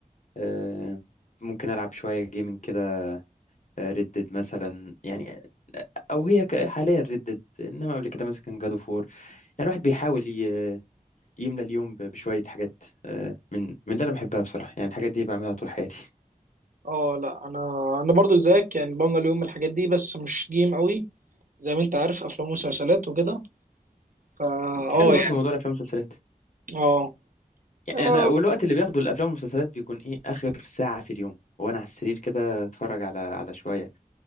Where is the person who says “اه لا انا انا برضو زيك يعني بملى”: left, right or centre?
Right